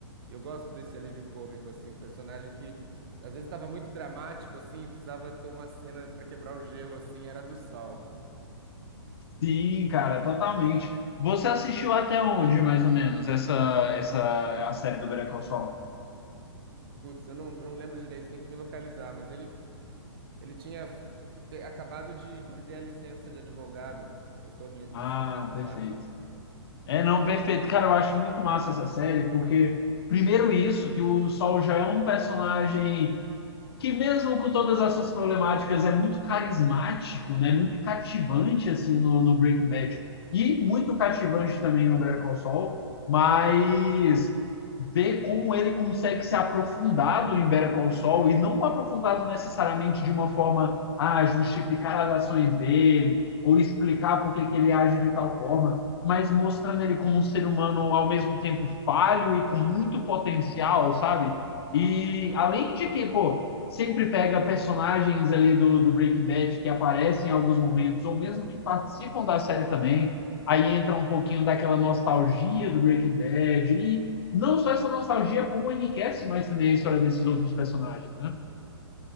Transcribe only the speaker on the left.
Sim, cara, totalmente. Você assistiu até onde, mais ou menos, essa, essa a série do Better Call Saul?
Ah,
perfeito.
É, não, perfeito. Cara, eu acho muito massa essa série, porque, primeiro, isso, que o Sol já é um personagem que mesmo com todas as suas problemáticas é muito carismático, né? Muito cativante assim no, no Breaking Bad e muito cativante também no Better Call Saul, mas ver como ele consegue ser aprofundado em Better Call Saul e não aprofundado necessariamente de uma forma a ah, justificar as ações dele ou explicar por que, que ele age de tal forma, mas mostrando ele como um ser humano ao mesmo tempo falho e com muito potencial, sabe? E além de que, pô, sempre pega personagens ali do, do Breaking Bad que aparecem em alguns momentos, ou mesmo que participam da série também. Aí entra um pouquinho daquela nostalgia do Breaking Bad. E não só essa nostalgia, como enriquece mais também a história desses outros personagens, né?